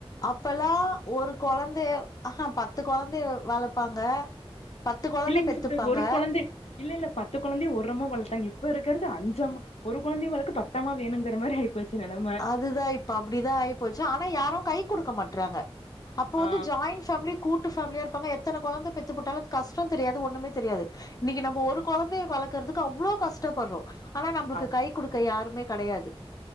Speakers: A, on the left; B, on the left.
A: அப்பல்லா ஒரு கொழந்தைய ஆ ஹா பத்து கொழந்தைய வளப்பாங்க பத்து கொழந்த
B: இல்லைங்
A: பெத்துப்பாங்க
B: சிஸ்டர் ஒரு கொழந்தை இல்ல இல்ல பத்து கொழந்தைய ஒரம்மா வளர்த்தாங் இப்ப இருக்கறது அஞ்சம்மா ஒரு கொழந்தைய வளக்க பத்தம்மா வேணுங்கற மாரி ஆயிப் போச்சி நெலம
A: அதுதா இப்ப அப்டிதா ஆயிப்போச்சு ஆனா யாரு கை குடுக்க மாட்டறாங்க அப்போ வந்து
B: ஆ
A: ஜாயின் ஃபேமிலி கூட்டு ஃபேமிலியா இருப்பாங்க எத்தன கொழந்த பெத்து போட்டாலு கஷ்டோ தெரியாது ஒண்ணுமே தெரியாது இன்னைக்கி நம்ப ஒரு கொழந்தைய வளக்கறதுக்கு அவ்ளோ கஷ்டப்படுறோ ஆனா நம்புளுக்கு
B: அ
A: கை குடுக்க யாருமே கடையாது